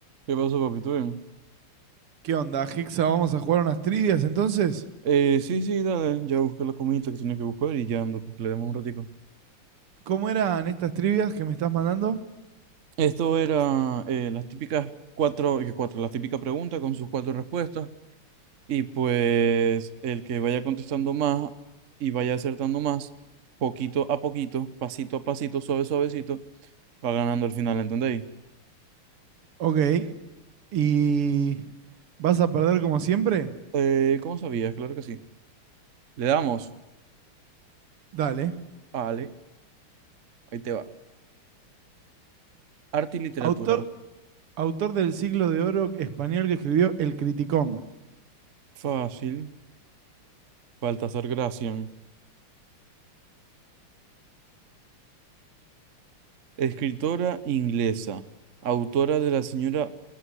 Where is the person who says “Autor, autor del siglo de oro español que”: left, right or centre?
Right